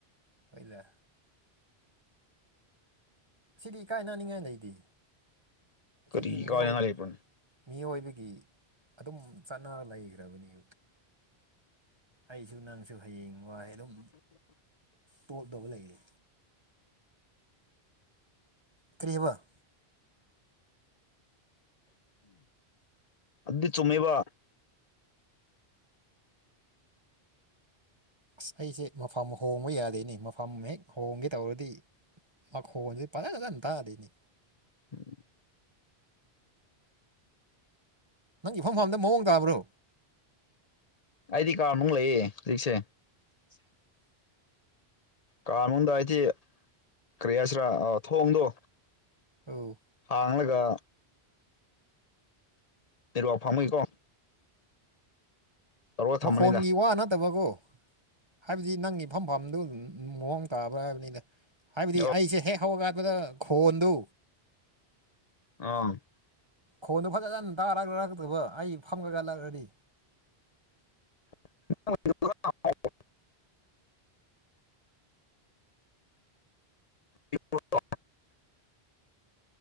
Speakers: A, on the right (about 25°); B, on the left (about 40°).
A: ꯐꯗ ꯁꯤꯗꯤ ꯏꯀꯥꯏꯅꯅꯤꯡꯉꯥꯏ ꯂꯩꯗꯤ
B: ꯀꯔꯤ
A: ꯁꯤꯗꯤ ꯃꯤꯑꯣꯏ
B: ꯀꯥꯏꯅꯉꯥꯏ ꯂꯩꯕ꯭ꯔꯣꯅꯦ
A: ꯃꯤꯑꯣꯏꯕꯒꯤ ꯑꯗꯨꯝ ꯆꯠꯅꯔ ꯂꯩꯈ꯭ꯔꯕꯅꯦ ꯑꯩꯁꯨ ꯅꯪꯁꯨ ꯍꯌꯦꯡ ꯋꯥꯏ ꯑꯗꯨꯝ ꯇꯣꯞꯇꯧꯕ ꯂꯩꯔꯦ ꯀ꯭ꯔꯤꯔꯤꯕ
B: ꯑꯗꯨꯗꯤ ꯆꯨꯝꯃꯦꯕ
A: ꯑꯁ ꯑꯩꯁꯦ ꯃꯐꯝ ꯍꯣꯡꯕ ꯌꯥꯗꯦꯅꯤ ꯃꯐꯝ ꯍꯦꯛ ꯍꯣꯡꯒꯦ ꯇꯧꯔꯗꯤ ꯃꯈꯣꯟꯁꯤ ꯐꯖꯅ ꯐꯖꯅ ꯇꯥꯗꯣꯏꯅꯤ
B: ꯎꯝ
A: ꯅꯪ ꯏꯐꯝ ꯃꯐꯝꯗ ꯃꯑꯣꯡ ꯇꯥꯕ꯭ꯔꯣ
B: ꯑꯩꯗꯤ ꯀꯥ ꯅꯨꯡ ꯂꯩꯌꯦ ꯍꯧꯖꯤꯛꯁꯦ
A: ꯦ
B: ꯀꯥꯅꯨꯡꯗ ꯍꯥꯏꯗꯤ ꯀꯔꯤ ꯍꯥꯏꯁꯤꯔꯥ ꯊꯣꯡꯗꯣ
A: ꯑꯧ
B: ꯍꯥꯡꯒ ꯑꯗꯨ ꯑꯁꯝꯨꯀꯣ ꯇꯧꯔꯒ ꯊꯝꯕꯅꯤꯗ
A: ꯃꯈꯣꯟꯒꯤ ꯋꯥ ꯅꯠꯇꯕꯒꯣ ꯍꯥꯏꯕꯗꯤ ꯅꯪꯉꯕ ꯃꯐꯝ ꯐꯐꯝꯗꯨ ꯃꯑꯣꯡ ꯇꯥꯕ꯭ꯔꯥ ꯍꯥꯏꯕꯅꯤꯅ ꯍꯥꯏꯕꯗꯤ
B: ꯑꯣ
A: ꯑꯩꯁꯦ ꯍꯦꯛ ꯍꯧꯔꯀꯠꯄꯗ ꯈꯣꯏ ꯍꯗꯨ
B: ꯑ
A: ꯈꯣꯟꯗꯨꯣ ꯐꯖꯅ ꯇꯥꯛꯇꯕ ꯑꯩ ꯐꯝꯒꯂꯛꯑꯗꯤ
B: <inaudible> <unintelligible>